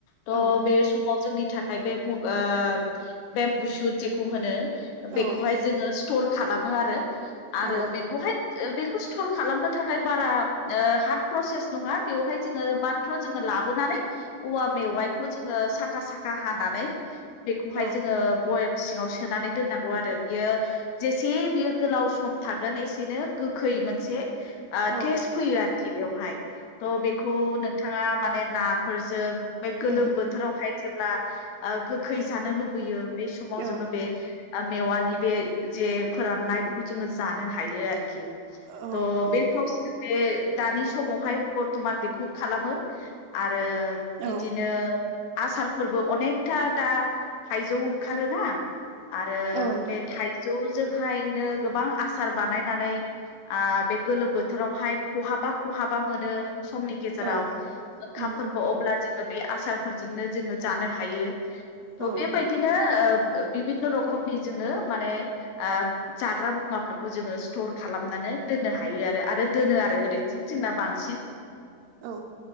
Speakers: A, on the left; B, on the right.
A: त'
B: औ
A: बे समाव जोंनि थाखाय बे मु ओ बे गुसु जेखौ होनो
B: औ
A: बेखौहाय जोङो स्टर खालामो आरो आरो
B: औ
A: बेखौहाय ओ बेखौ स्टर खालामनो थाखाय बारा ओ हार्ड प्रसेस नङा। बेवहाय जोङो माथ्र' जोङो लाबोनानैै औवा मेवाइखौ जोङो साखा साखा हानानै बेखौहाय
B: औ
A: जोङो बय <unintelligible> सिङाव सोनानै दोननांगौ आरो बियो जेसे बियो गोलाव सम थागोन एसेनो गोखै मोनसे
B: औ
A: ओ
B: औ
A: टेस्ट फैयो आरोखि बेवहाय त' बेखौ नोंथाङा मानेन नाफोरजों बे गोलोम
B: उम
A: बोथोरावहाय जेब्ला ओ गोखै जानो लुबैयो बै समाव
B: औ
A: जोङो बे ओ मेवानि बे जे फोराननाय बेखौ जोङो जानो हायो आ <unintelligible> खि
B: औ
A: त'
B: नोंथां
A: बे <unintelligible> दानि समावहाय बरथ'मान बेखौ खालामो आरो
B: औ
A: बिदिनो आसारफोरबो अनेखथा दा थाइजौ ओंखारोना आरो
B: नोंथां
A: बे थाइजौ जोंहायनो गोबां आसार बानायनानै आ बे गोलोम बोथोरावहाय खहाबा खहा <unintelligible> हाबा मोनो समनि गेजेराव
B: औ
A: ओखामफोरखौ
B: उम
A: अब्ला जोङो बे आसारफोरजोंनो जोङो जानो हायो। त'
B: औ
A: बेबायदिनो ओ <unintelligible> बिबिनन' रखमनि जोङो माने ओ जाग्रा मुवाफोरखौ जोङो स्टर खालामनानै दोननो हायो आरो आरो दोनो आरो ओरैथिं जोंना बांसिन
B: औ